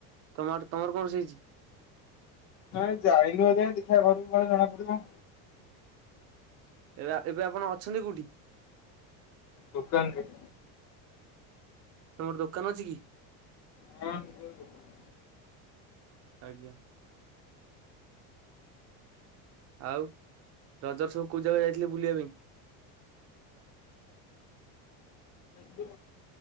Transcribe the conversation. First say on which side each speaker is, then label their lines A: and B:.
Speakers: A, on the right (about 40°); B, on the left (about 40°).
A: ତମ ଆଡେ ତମର କଣ ରୋଷେଇ ହେଇଛି?
B: ନାଇଁ ଯାଇନୁ ଏଯାଏଁ ଦେଖିଆ ଘରକୁ ଗଲେ ଜଣା ପଡିବ।
A: ଏବେ ଆ ଏବେ ଆପଣ ଅଛନ୍ତି କୋଉଠି?
B: ଦୋକାନରେ।
A: ତମର ଦୋକାନ ଅଛି କି?
B: ହଁ ନିଜର ଦୋକାନ।
A: ଆଜ୍ଞା। ଆଉ ରଜରେ ସବୁ କୋଉ ଜାଗା ଯାଇଥିଲେ ବୁଲିବା ପାଇଁ?
B: କୁ